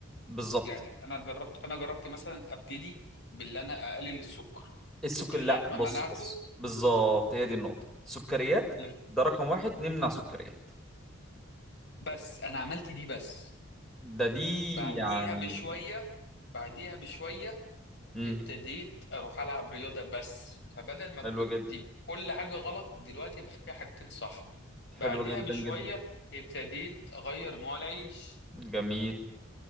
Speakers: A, in the centre; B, on the left.
A: بالظبط
B: يعني انا جربت انا جربت مثلا ابتدي باللي انا اقلل السكر
A: السكر
B: لغاية
A: لا
B: ما
A: بص
B: منعته
A: بص بالظبط هي دي النقطة السكريات
B: لغ-
A: ده رقم واحد نمنع سكريات
B: بس انا عملت دي بس
A: ده دي
B: بعديها
A: يعني
B: بشوية بعديها بشوية
A: امم
B: ابتديت أروح ألعب رياضة بس فبدل ما
A: حلوة
B: كنت
A: جدا
B: كل حاجة غلط دلوقتي بقى في حاجتين صح
A: حلوة
B: بعديها
A: جدا
B: بشوية
A: جدا
B: ابتديت أغير نوع العيش
A: جميل